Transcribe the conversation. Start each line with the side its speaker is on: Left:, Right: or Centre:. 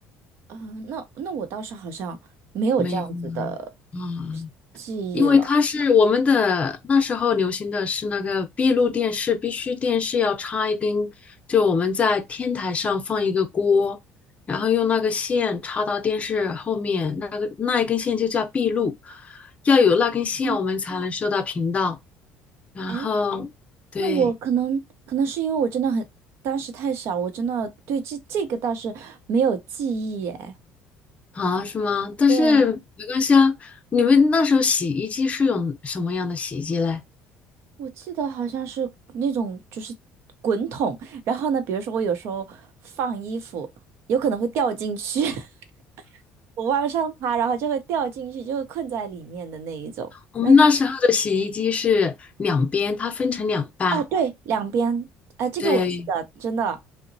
Right: 啊、那那我倒是好像没有这样子的
Left: 没有吗？嗯，
Right: 记忆了。
Left: 因为它是我们的那时候流行的是那个闭路电视，必须电视要插一根，就我们在天台上放一个锅，然后用那个线插到电视后面，那个那一根线就叫闭路，要有那根线我们才能收到频道。
Right: 哦，
Left: 然后对
Right: 哎，那我可能可能是因为我真的很，当时太小，我真的对这这个倒是没有记忆耶。
Left: 啊，是吗？但是没关系啊。
Right: 对啊，
Left: 你们那时候洗衣机是用什么样的洗衣机嘞？
Right: 我记得好像是那种就是滚筒，然后呢，比如说我有时候放衣服，有可能会掉进去，<laughs> 我往上爬，然后就会掉进去，就会困在里面的那一种。
Left: 我们那时候的洗衣机是两边，
Right: 那
Left: 它分成两半，
Right: 哦，对，两边，哎，这个我记得，
Left: 对，
Right: 真的，